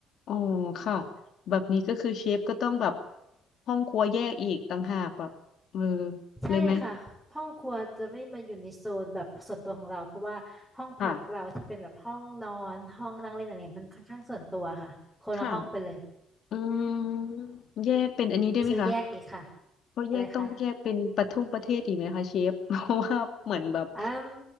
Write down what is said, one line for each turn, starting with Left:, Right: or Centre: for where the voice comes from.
Left: อ๋อค่ะแบบนี้ก็คือเชฟก็ต้องแบบห้องครัวแยกอีกต่างหากแบบเออ
Centre: ใช่ค่ะห้องครัวจะไม่มาอยู่ในโซนแบบส่วนตัวของเราเพราะว่าห้องพักเราที่เป็นแบบห้องนอนห้องนั่งเล่นอะไรเนี่ยมันค่อนข้างส่วนตัวค่ะคนละห้องไปเลย
Left: เลยไหมค่ะค่ะอืมแยกเป็นอันนี้ได้ไหมคะ
Centre: ซื้อแยกอีกค่ะ
Left: ก็แยกต้องแยกเป็นประทุ่งประเทศอีกไหมคะเชฟ
Centre: อะไรคะ
Left: <laughs> เพราะว่าเหมือนแบบ
Centre: อืม